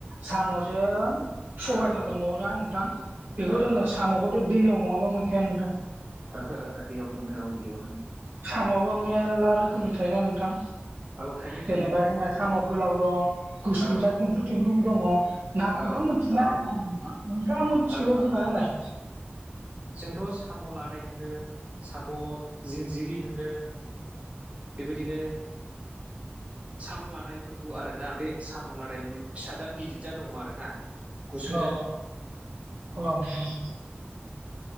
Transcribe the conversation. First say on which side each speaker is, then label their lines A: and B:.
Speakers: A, on the right; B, on the right.
A: साम'जों सबायजों
B: औ औ
A: दंबावो ना नोंथां बेखौ
B: औ
A: जोङो
B: औ
A: साम'खौथ' दैयाव नङाबा मोनखाया नोंथां।
B: ओहो ओहो दैयावनो मोनो औ दैयावनो।
A: साम'आबो मेरला रोखोमनि थायोना नोंथां
B: औ थायो
A: जेनेबा
B: थायो
A: जोंना साम' गोलाव दं गुसुं
B: औ
A: जाद थुमफ्रु थुमफ्रुबो दङ नामखौथ'
B: औ
A: मोन ना आरो नोंथां। नोंथाङा मिथिगौबा
B: औ औ
A: बुंना होनालाय
B: जोंथ' साम' लादाय होनो साम' जिनजिरि होनो बेबायदिनो साम' लादायफोरखौ आरो ना बे साम' लादायमोन फिसा जाद गिदिर जाद दङ आरो ना गुसुं
A: औ
B: जाद
A: औ अ नोंथां